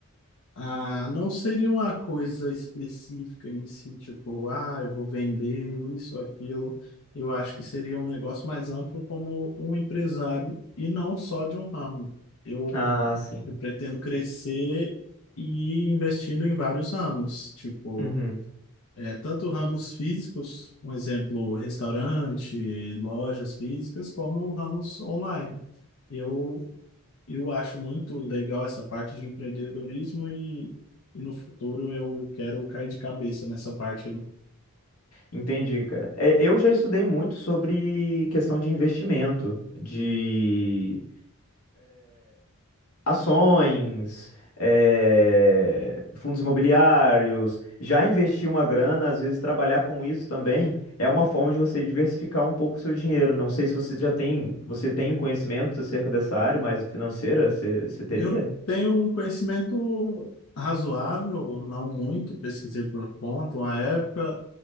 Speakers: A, on the left (about 65°); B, on the left (about 80°).
A: Ah, não seria uma coisa específica em si, tipo, ah, eu vou vender isso, aquilo. Eu acho que seria um negócio mais amplo como um empresário e não só de um ramo. Eu,
B: Ah, sim.
A: eu pretendo crescer e ir investindo em vários ramos, tipo,
B: Uhum.
A: é, tanto ramos físicos, um exemplo, restaurante, lojas físicas, como ramos online. Eu eu acho muito legal essa parte de empreendedorismo e, e no futuro eu quero cair de cabeça nessa parte aí.
B: Entendi, cara. É, eu já estudei muito sobre questão de investimento, de ações, eh, fundos imobiliários, já investir uma grana, às vezes trabalhar com isso também é uma forma de você diversificar um pouco o seu dinheiro. Não sei se você já tem, você tem conhecimento acerca dessa área, mas financeira, você, você teria?
A: Eu tenho um conhecimento razoável, não muito, pesquisei por conta uma época,